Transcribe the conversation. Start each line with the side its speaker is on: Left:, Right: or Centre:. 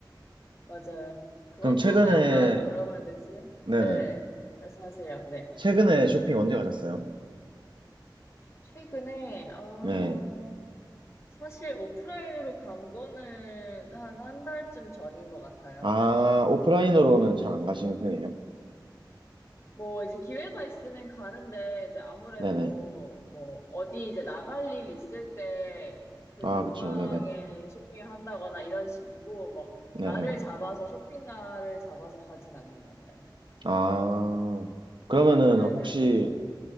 Left: 맞아요. 그것도
Right: 그럼 최근에,
Left: 약간 뭐라고 해야 되지?
Right: 네네.
Left: 네, 말씀하세요. 네.
Right: 최근에 쇼핑 언제 가셨어요?
Left: 최근에, 아,
Right: 네.
Left: 사실 오프라인으로 간 거는 한 한 달쯤 전인 것 같아요.
Right: 아, 오프라인으로는 잘 안 가시는 편이에요?
Left: 뭐, 이제 기회가 있으면 가는데, 이제 아무래도
Right: 네네.
Left: 뭐, 어디 이제 나갈 일 있을 때 그
Right: 아,
Left: 근방에
Right: 그쵸. 네네.
Left: 쇼핑을 한다거나 이런 식이고, 뭐,
Right: 네네.
Left: 날을 잡아서, 쇼핑 날을 잡아서 가진 않는 것 같아요.
Right: 아, 그러면은
Left: 네네네.
Right: 혹시